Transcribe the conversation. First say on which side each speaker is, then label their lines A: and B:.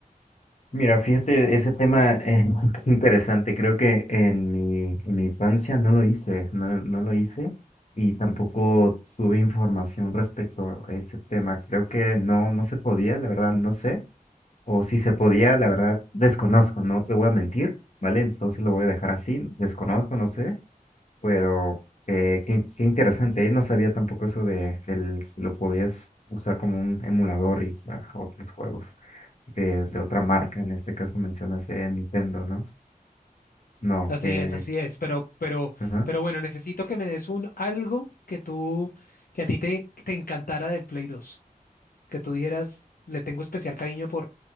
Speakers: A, on the left (about 50°); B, on the left (about 70°).
A: Mira, fíjate, ese tema es <laughs> interesante. Creo que en mi, en mi infancia no lo hice, no, no lo hice y tampoco tuve información respecto a ese tema. Creo que no, no se podía, la verdad, no sé. O si se podía, la verdad, desconozco, no te voy a mentir, ¿vale? Entonces lo voy a dejar así, desconozco, no sé. Pero eh, qué, qué interesante, ¿eh? No sabía tampoco eso de el, que lo podías usar como un emulador y a otros juegos de, de otra marca. En este caso mencionas de Nintendo, ¿no? No,
B: Así
A: que...
B: es, así es, pero, pero,
A: ajá.
B: pero bueno, necesito que me des un algo que tú, que a ti te, te encantara del Play 2, que tú dijeras, le tengo especial cariño por